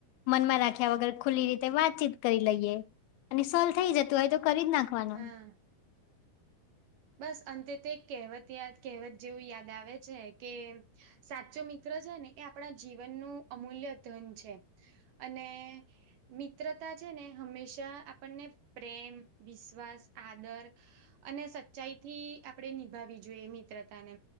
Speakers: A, on the left (about 80°); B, on the right (about 70°).
A: મનમાં રાખ્યા વગર ખુલ્લી રીતે વાતચીત કરી લઈએ. અને સોલ્વ થઈ જતું હોય તો કરી જ નાખવાનુ
B: હા બસ અંતે તો એક કહેવત યાદ કહેવત જેવું યાદ આવે છેકે સાચો મિત્ર છે ને એ આપણા જીવનનું અમૂલ્ય ધન છે. અને મિત્રતા છેને, હમેશા આપણને પ્રેમ વિશ્વાસ આદર અને સચ્ચાઈ થી આપણેે નિભાવી જોઈએ મિત્રતા ને